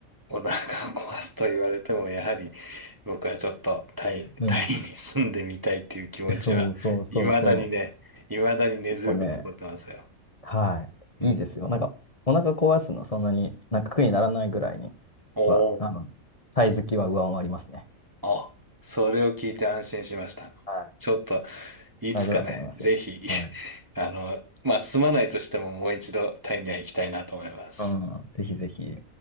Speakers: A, on the right (about 15°); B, on the left (about 25°).
A: お腹を壊すと言われても、やはり僕はちょっとタイ、
B: うん。
A: タイに住んでみたいっていう気持ちは、
B: そうそうそうそ
A: いまだにね、いまだに根強く残ってますよ。
B: う。もうね、はい。
A: うん。
B: いいですよ。なんか、お腹壊すの、そんなに、なんか苦にならないぐらいに
A: おお、
B: は、あの、タイ好きは上回りますね。
A: あ、それを聞いて安心しました。
B: はい。
A: ちょっと、いつかね、
B: 大丈夫だと思いますよ。
A: ぜひ、
B: はい。
A: <laughs> あの、まあ、住まないとしてももう一度タイには行きたいなと思います。
B: うん、ぜひぜひ。